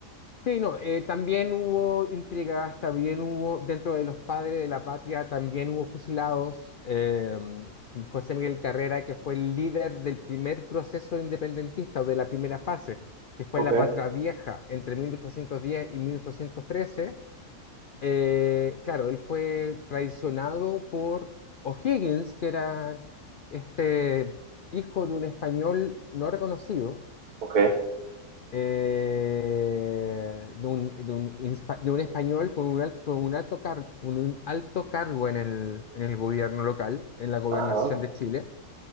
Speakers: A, on the left; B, on the right.
A: sí, no, eh, también hubo intrigas, también hubo, dentro de los padres de la patria, también hubo fusilados. eh, José Miguel Carrera, que fue el líder del primer proceso independentista o de la primera fase, que fue
B: Ok,
A: la Patria Vieja entre 1810 y mil ochocientos trece Eh, claro, él fue traicionado por O'Higgins, que era este hijo de un español no reconocido,
B: ok,
A: eh, de un, de un inspa- de un español con un, al- con un alto car- con un alto cargo en el, en el gobierno local, en la gobernación
B: ajá,
A: de Chile